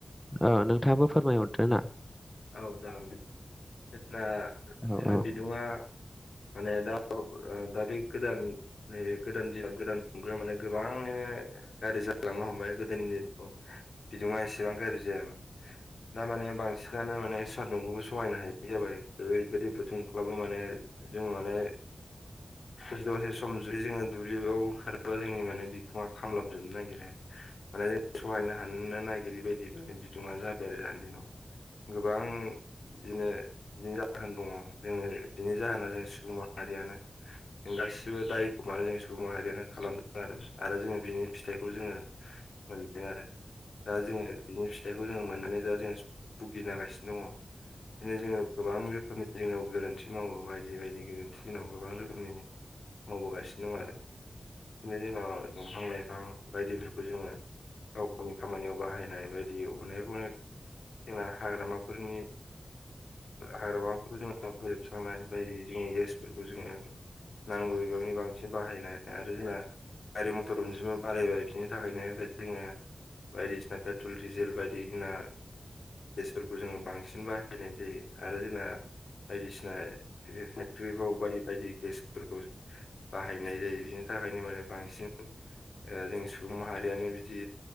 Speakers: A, in the centre; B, on the left.
A: ओ नोंथाङाबो फोरमायहरदो ना।
B: औ जागोन दे जोंना
A: औ
B: जोंना
A: औ
B: बिदुङा माने दा ओ दा बे गोदान नैबे गोदान दिनाव गोदान <unintelligible> माने गोबाङैनो गाज्रि जालांनो हमबाय गोदोनि <unintelligible> बिदुङा एसेबां गाज्रि जायामोन दामाने बां सिनानो माने सादुंखौबो सहायनो हायि जाबाय बे ओरैबायदिफोर दुंख्लाबो माने जों माने दसे दसे सम जुदि जोङो दुलिबयाव ओंखारोबा जोंनि माने बिखङा खामलाबजोबनो नागिरो माने जों सहायनो हानोनो नागिरि बायदि माने बिदुङा जाबाय आरो दानि दिनाव गोबां बिदिनोनि जाहोन दङ जोङो बिनि जाहोना जों सुबुं माहारियानो जों गासि सिबो दायखौ मानो जों सुबुं माहारियानो खालामदों आरो जोङो बिनि फिथाइ खौ जोङो मोनदों आरो दा जोङो बिनि फिथाइखौ जोंङो मोननानै दा जोङो सिनो दङ बिदिनो जोङो गोबां रोखोमनि जोंनाव गोरोन्थि मावो बायदि बायदि गोरोन्थि जोंनाव गोबां रोखोमनि मावबोगासिनो दं आरो बिदिनो जोंनाव दंफां लाइफां बायदिफोरखौ जोङो गाव गावनि खामानियाव बाहायनाय बायदि अनेक अनेक जोंना हाग्रामाफोरनि हाग्रामाफोरखौ जेनबा फोजोबस्रांनाय बायदि जोंनि गेसफोरखौ जोङो नांगौ बिबांनि बांसिन बाहायनो आरो जोंना गारि म टर अनजिमा बारायबाय बिनि थाखायनो जोङो बायदिसिना बे पेट्रल डिजेल बायदिसिना गेस जोङो बांसिन बाहा बायनाय जायो आरो जोंना बायदिसिना फेक्टरिफ्राव बायदि बायदि गेसफोरखौ बाहायनाय जायो बिनि थाखायनो माने बांसिन ओ जों सुबुं माहारियानो बिदि